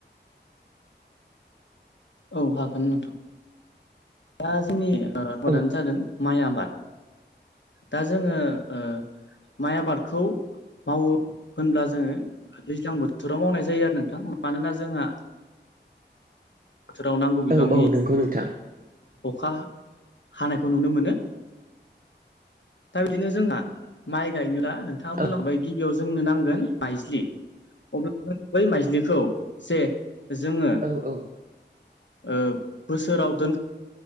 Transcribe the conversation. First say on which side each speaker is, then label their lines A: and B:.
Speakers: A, on the left; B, on the right.
A: औ हागोन नोंथां दा जोंनि आबादानो
B: औ
A: जादों माइ आबाद दा जोङो ओ माइ आबादखौ मावो होनब्ला जोङो दैज्लां बो थोराव मावनाय जायो आरो नोंथां मानोना जोंहा बोथोराव नांगौ बिबांनि
B: औ औ नंगौ नोंथां
A: अखा हानायखौ नुनो मोनो दा बिदिनो जोंहा माइ गायनोला नोंथाङा बुंलांबाय
B: औ
A: गिबियाव जोंनो नांगोन माइज्लि अब्ला बै माइज्लिखौ जे जोङो
B: औ-औ
A: ओ बोसोराव दोन